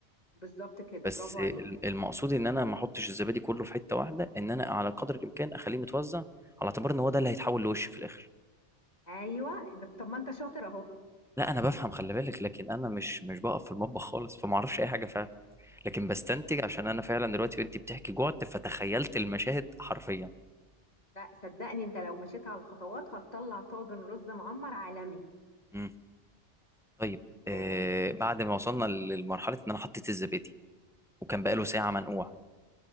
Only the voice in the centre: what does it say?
بس
ال-
المقصود ان انا ما احطش الزبادي كله في حته واحده ان انا على قدر الامكان اخليه متوزع على اعتبار ان هو ده اللي هيتحول لوش في الاخر
لا انا بفهم خلي بالك لكن انا مش مش بقف في المطبخ خالص فما اعرفش اي حاجه فعلا لكن بستنتج عشان انا فعلا دلوقتي وانت بتحكي جوعت فتخيلت المشاهد حرفيا
مم. طيب
آه بعد ما وصلنا للمرحله ان انا حطيت الزبادي وكان بقاله ساعه منقوع